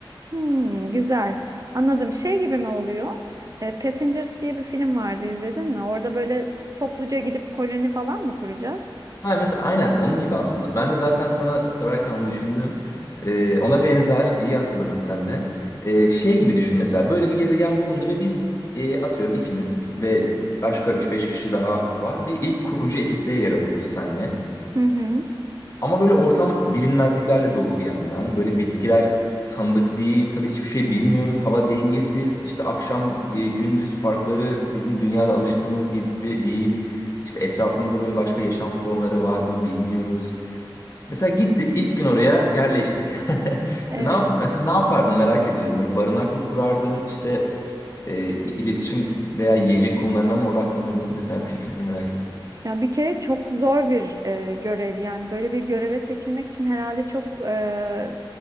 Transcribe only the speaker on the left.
Ha, mesela aynen onun gibi aslında. Ben de zaten sana sorarken onu düşündüm. Ee, ona benzer, iyi hatırladın sen de. Ee, şey gibi düşün mesela böyle bir gezegen bulundu ve biz e, atıyorum ikimiz ve başka üç beş kişi daha var. Bir ilk kurucu ekipte yer alıyoruz senle.
Ama böyle ortam bilinmezliklerle dolu bir yandan. Böyle bitkiler tanıdık değil. Tabii hiçbir şey bilmiyoruz. Hava dengesiz. İşte akşam e, gündüz farkları bizim dünyada alıştığımız gibi değil. İşte etrafımızda böyle başka yaşam formları var mı bilmiyoruz. Mesela gittik ilk gün oraya yerleştik. <laughs>
Ne yap mesela ne yapardın merak ediyorum. Böyle barınak mı kurardın? işte e, iletişim veya yiyecek konularına mı odaklanırdın? Mesela fikrini merak ettim.